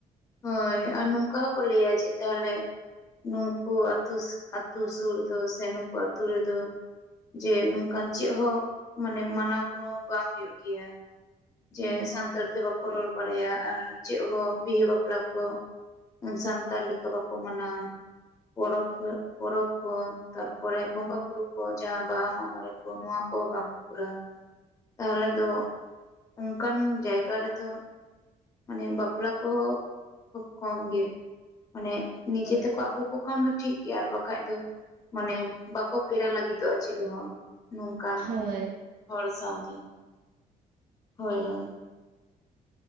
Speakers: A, on the left (about 25°); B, on the right (about 80°).
A: ᱦᱳᱭ ᱟᱨ ᱱᱚᱝᱠᱟ ᱦᱚᱸᱠᱚ ᱞᱟᱹᱭᱟ ᱡᱮ ᱛᱟᱦᱚᱞᱮ ᱱᱩᱝᱠᱩ ᱟᱛᱳ ᱥᱩᱨ ᱨᱮ ᱫᱚ ᱥᱮ ᱱᱩᱝᱠᱩ ᱟᱛᱳ ᱨᱮᱫᱚ ᱡᱮ ᱱᱚᱝᱠᱟᱱ ᱪᱮᱫ ᱦᱚᱸ ᱢᱟᱱᱮ ᱢᱟᱱᱟᱣ ᱜᱟᱱᱚᱜ ᱵᱟᱝ ᱦᱩᱭᱩᱜ ᱜᱮᱭᱟ ᱡᱮ
B: ᱦᱮᱸ
A: ᱥᱟᱱᱛᱟᱲ ᱛᱮ ᱵᱟᱠᱚ ᱨᱚᱲ ᱵᱟᱲᱟᱭᱟ ᱟᱨ ᱪᱮᱫ ᱦᱚᱸ ᱵᱤᱦᱟᱹ ᱵᱟᱯᱞᱟ ᱵᱟᱯᱞᱟ ᱠᱚ ᱥᱟᱱᱛᱟᱲ ᱞᱮᱠᱟ ᱵᱟᱠᱚ ᱢᱟᱱᱟᱣᱟ ᱯᱚᱨᱚᱵᱽ ᱯᱚᱨᱚᱵᱽ ᱠᱚ ᱦᱚᱸ ᱛᱟᱨᱯᱚᱨᱮ ᱵᱚᱸᱜᱟᱼᱵᱩᱨᱩ ᱠᱚ ᱡᱟᱦᱟᱸ ᱵᱟᱦᱟ ᱢᱟᱜ ᱢᱚᱬᱮ ᱠᱚ ᱱᱚᱣᱟ ᱠᱚᱦᱚᱸ ᱵᱟᱝᱠᱚ ᱠᱚᱨᱟᱣᱼᱟ ᱛᱟᱦᱚᱞᱮ ᱫᱚ ᱚᱱᱠᱟᱱ ᱡᱟᱭᱜᱟ ᱨᱮᱫᱚ ᱢᱟᱱᱮ ᱵᱟᱯᱞᱟ ᱠᱚᱦᱚᱸ ᱠᱷᱩᱵᱽ ᱠᱚᱢ ᱜᱮ ᱢᱟᱱᱮ ᱱᱤᱡᱮ
B: ᱦᱳᱭ
A: ᱛᱮᱠᱚ ᱟᱹᱜᱩ ᱟᱹᱜᱩ ᱠᱷᱟᱱ ᱫᱚ ᱴᱷᱤᱠ ᱜᱮᱭᱟ ᱟᱨ ᱵᱟᱠᱷᱟᱡ ᱫᱚ ᱢᱟᱱᱮ ᱵᱟᱠᱚ ᱯᱮᱲᱟ ᱞᱟᱹᱜᱤᱫᱚᱜᱼᱟ ᱪᱤᱞᱮ ᱦᱚᱸ ᱱᱚ ᱠᱟᱱ
B: ᱦᱳᱭ
A: ᱦᱚᱲ ᱥᱟᱶ ᱫᱚ᱾ ᱦᱳᱭ ᱦᱳᱭ᱾